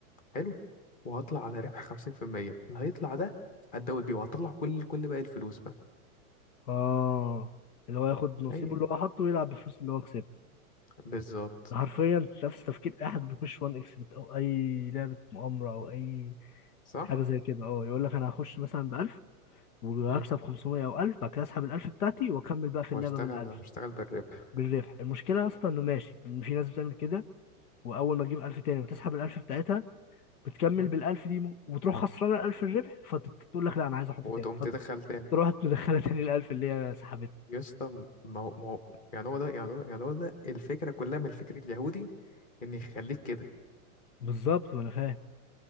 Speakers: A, on the left; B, on the left.
A: حلو وهطلع على ربح خمسين في المية اللي هيطلع ده هتداول بيه وهطلع كل كل باقي الفلوس بقى
B: اه اللي هو ياخد نصيبه
A: أي
B: اللي هو حطه ويلعب بفلوس اللي هو كسبها
A: بالظبط
B: ده حرفيا نفس تفكير اي حد بيخش وان اكس بت او اي لعبه مؤامره او اي
A: صح؟
B: حاجه زي كده اه يقول لك انا هخش مثلا ب 1000 وهكسب
A: مم.
B: 500 او 1000 بعد كده اسحب ال 1000 بتاعتي واكمل بقى في
A: واشتغل
B: اللعبه بال 1000
A: واشتغل بالربح
B: بالربح المشكله اصلا انه ماشي إن في ناس بتعمل كده واول ما تجيب 1000 تاني وتسحب ال 1000 بتاعتها بتكمل
A: مم.
B: بال 1000 دي م- وتروح خسرانه ال 1000 الربح فتقول لك لا انا عايز احط
A: وتقوم
B: تاني
A: تدخل تاني
B: فتروح مدخله تاني ال 1000 اللي هي سحبتها
A: يا اسطى ما هو ما هو يعني هو ده يعني هو يعني هو ده الفكرة كلها من الفكر اليهودي ان يخليك كده
B: بالظبط ما انا فاهم